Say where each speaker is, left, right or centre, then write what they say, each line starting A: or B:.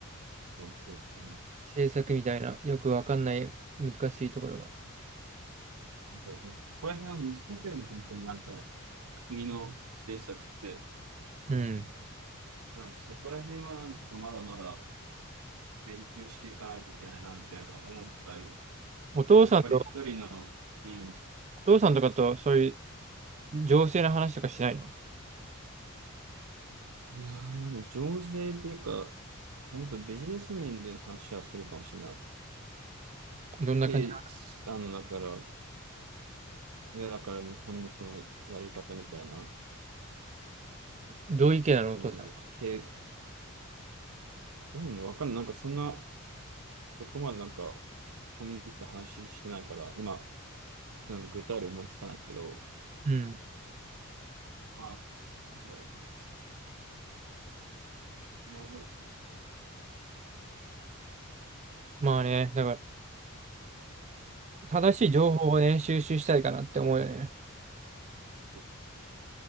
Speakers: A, on the right; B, on the right.
A: ど。そうそうそう。
B: 制作みたいな、よくわかんない難しいところが。
A: なんかここら辺は難しいよね、本当になんか、国の政策って。
B: うん。
A: なんかそこら辺はなんかまだまだ勉強していかないといけないな、みたいな思ったよね。
B: お父さんと、
A: やっぱり一人の、うん。
B: お父さんとかとそういう情勢の話とかしないの
A: いやー、もう増税というか、もっとビジネス面での話はするかもしれない。
B: どんな感じな
A: で、あの、だから、いや、だから日本のそのやり方みたいな、
B: のどういう意見なのお父さんは。
A: うん、け、どんな、わかんない。なんかそんな、そこまでなんか、込み入った話してないから、今、なんか具体例思いつかないけど、
B: うん。
A: ああ、なんだろうね。今覚えてない。
B: まあね、だから正しい情報をね、収集したいかなって思うよね。
A: そう